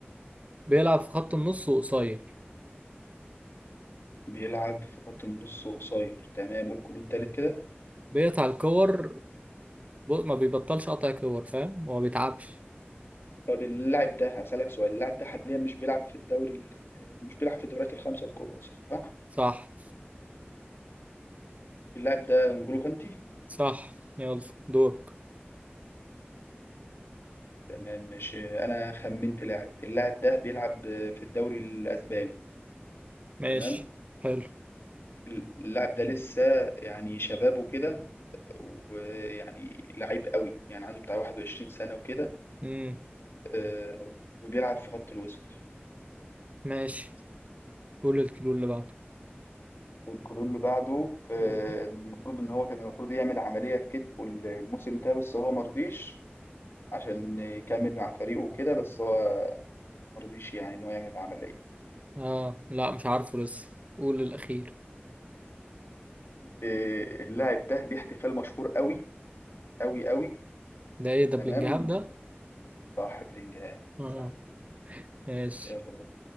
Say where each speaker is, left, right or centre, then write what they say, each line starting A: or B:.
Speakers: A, on the right; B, on the left.
A: بيلعب في خط النص وقصير
B: بيلعب في خط النص وقصير تمام قول الكلود تالت كده
A: بيقطع الكور بص ما بيبطلش قطع كور فاهم وما بيتعبش
B: طب اللاعب ده هسألك سؤال اللاعب ده حاليا مش بيلعب في الدوري ال- مش بيلعب في الدوريات الخمسه الكبرى صح
A: صح
B: اللاعب ده نجولو كانتي
A: صح يلا دورك
B: تمام ماشي انا خمنت لاعب اللاعب ده بيلعب في الدوري الاسباني
A: ماشي
B: تمام
A: حلو
B: اللاعب ده لسه يعني شباب وكده ويعني لعيب قوي يعني عنده بتاع 21 سنة وكده
A: امم
B: آه، وبيلعب في خط الوسط
A: ماشي قول الكيلو اللي بعده
B: والكلون اللي بعده آه،
A: مم.
B: المفروض ان هو كان المفروض يعمل عملية في كتفه الموسم ده بس هو مرضيش عشان يكمل مع فريقه وكده بس هو مرضيش يعني ان هو يعمل عملية
A: اه لا مش عارفه لسه قول الاخير
B: آه، اللاعب ده ليه احتفال مشهور قوي قوي قوي
A: ده ايه ده
B: تمام
A: بلينجهام ده
B: صح بلينجهام
A: اه
B: صح
A: ماشي
B: يلا بقى